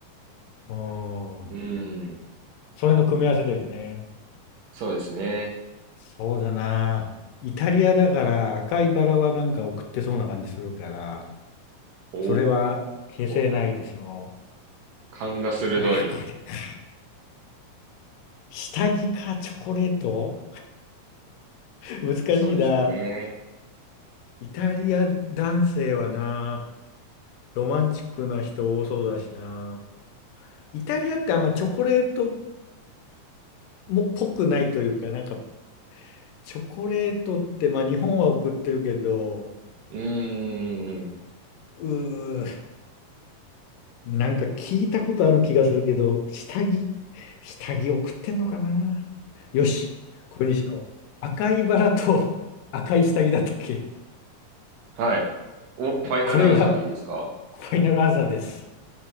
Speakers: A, on the left; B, on the right.
A: うん。
B: ううーん。
A: それの組み合わせだよね。
B: そうですね。
A: そうだな。イタリアだから赤いバラはなんか送ってそうな感じするから、
B: お
A: それは消せないでしょ
B: ー。勘が鋭い。
A: う。あー、これか。下着かチョコレート <laughs> 難しいな。
B: そうですね。
A: イタリア男性はな。ロマンチックな人多そうだしな。イタリアってあんまチョコレートもっぽくないというか、なんかチョコレートって、まあ日本は送ってるけど、
B: うーん。
A: うー、なんか聞いたことある気がするけど、下着、下着送ってんのかな。よし、これにしよう。赤いバラと <laughs> 赤い下着だったっけ
B: はい。お、ファイナルアンサーでいいですか
A: これがファイナルアンサーです。